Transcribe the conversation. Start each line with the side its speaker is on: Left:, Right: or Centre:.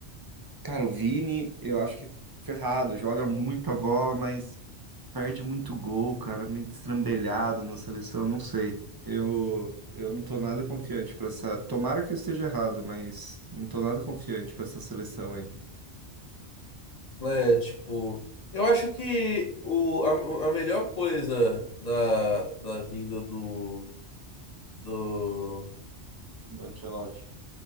Right: Cara, o Vini, eu acho que ferrado, joga muita bola, mas. Perde muito gol, cara, meio destrambelhado na seleção, não sei. Eu, eu não tô nada confiante pra essa. Tomara que eu esteja errado, mas não tô nada confiante pra essa seleção aí.
Left: Né? Tipo, eu acho que o, a, a melhor coisa da, da vinda do, do,
Right: do Ancelotti.